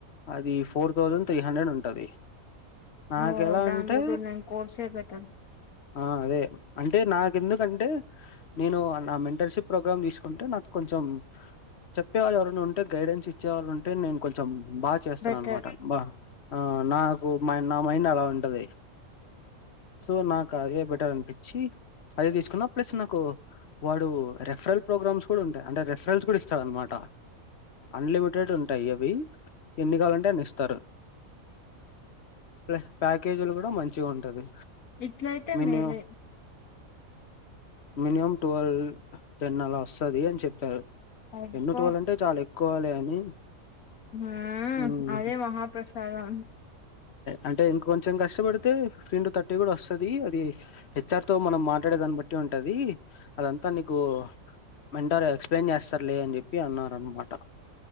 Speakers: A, on the left; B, on the left.
A: అది ఫోర్ థౌజండ్ త్రీ హండ్రెడ్ ఉంటది నాకెలా
B: ఓ దాని
A: అంటే
B: బదులు నేను కోర్సే బెటర్
A: ఆ అదే అంటే నాకు ఎందుకంటే నేను నా మెంటర్షిప్ ప్రో తీసుకుంటే నాకు కొంచెం చెప్పేవాళ్ళు ఎవరైనా ఉంటే గైడెన్స్ ఇచ్చేవాళ్ళు ఉంటే నేను కొంచెం బాగా చేస్తాననమాట
B: బెటర్
A: బా ఆ నా ఓ మై నా మైండ్ అలా ఉంటది సో నాకు అ ఎ బెటర్ అనిపించి అది తీసుకున్న ప్లస్ నాకు వాడు రెఫరల్ ప్రోగ్రామ్స్ కూడా ఉంటాయి అంటే రెఫరెల్స్ కూడా ఇస్తారు అనమాట అన్లిమిటెడ్ ఉంటాయి అవి ఎన్ని కావాలంటే అన్ని ఇస్తారు ప్లస్ పాక్ కేజీలు కూడా మంచి గుంటది
B: ఇట్లయితే
A: మిని
B: మేలే
A: ఉం మినిమం ట్వెల్వ్ టెన్ అలా వస్తది అని చెప్పారు
B: అబ్బా
A: టెన్ ట్వెల్వ్ అంటే చాలు ఎక్కువాలి అని
B: ఆ
A: హ్మ్.
B: అదే మహాప్రసాదం
A: అంటే ఇంక కొంచెం కష్టపడితే ఫిఫ్టీ న్టు థర్టీ కూడా వస్తది అది హెచ్ఆర్ తో మనం మాట్లాడే దాన్ని బట్టి ఉంటది అదంతా నీకు మెన్టారు ఎక్స్ప్లెయిన్ చేస్తారులే అని చెప్పి అన్నారు అనమాట